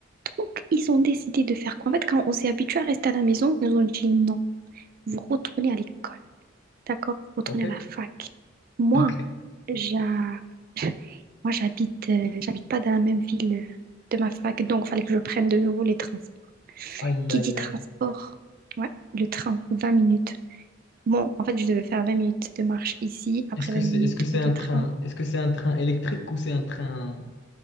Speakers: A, on the right; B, on the left.
A: Donc, ils ont décidé de faire quoi? En fait, quand on s'est habitué à rester à la maison, ils nous ont dit non, vous retournez à l'école, d'accord? Vous retournez
B: OK.
A: à la fac. Moi,
B: OK.
A: j'a- moi j'habite euh, j'habite pas dans la même ville euh, de ma fac, donc il fallait que je prenne de nouveau les transports.
B: Aïe,
A: Qui
B: aïe,
A: dit transport?
B: aïe.
A: Ouais, le train, 20 minutes. Bon, en fait, je devais faire 20 minutes de marche ici, après
B: Est-ce que
A: 20
B: c'est,
A: minutes
B: est-ce que c'est
A: de
B: un
A: train.
B: train,
A: <clears throat>
B: est-ce que c'est un train électrique ou c'est un train